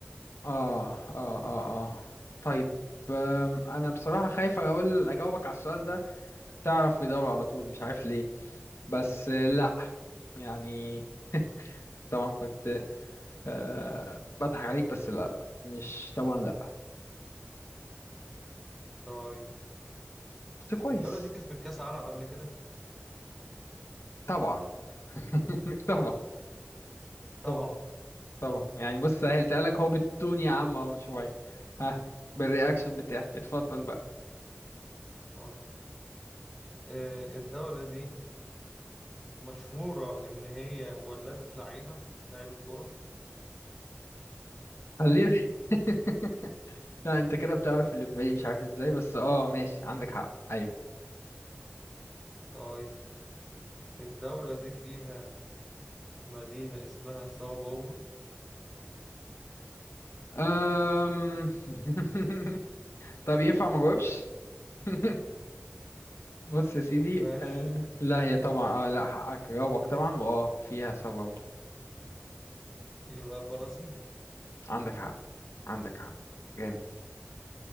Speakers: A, on the left (about 80°); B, in the centre.
A: اه اه اه اه طيب آم، انا بصراحة خايف اقول اجاوبك على السؤال ده تعرف في دوري على طول مش عارف ليه بس آه، لا يعني طبعا كنت أه بضحك عليك بس لا لا مش طبعا لا
B: طيب
A: بس كويس
B: الدولة دي كسبت كأس عالم قبل كده
A: طبعا <laughs> طبعا
B: طبعا
A: طبعا طبعا يعني بص سهلتها لك هو بالتون يا عم اهو شوية ها بالرياكشن بتاعي اتفضل بقى
B: طيب آه الدولة دي مشهورة إن هي ولدت لعيبة لعيبة كرة
A: خلينا <laughs> لا انت كده بتعرف اللي في بالي مش عارف ازاي بس اه ماشي عندك حق ايوه
B: طيب الدولة دي فيها مدينة اسمها ساو باولو
A: أم... <laughs> طب ينفع ما جاوبش <laughs> بص يا سيدي
B: ماشي
A: أه... لا هي طبعا اه لا حقك جاوبك طبعا واه فيها سبب
B: يبقى برازيل
A: عندك حق عندك حق جامد